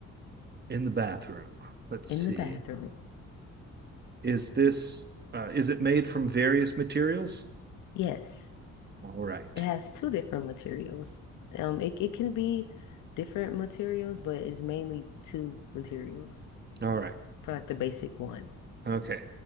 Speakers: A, on the right; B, on the left.
A: in the bathroom. Let's
B: in
A: see.
B: the bathroom.
A: Is this uh, is it made from various materials?
B: Yes.
A: All right.
B: It has two different materials. Um, it, it can be different materials, but it's mainly two materials
A: All right.
B: for like the basic one.
A: Okay.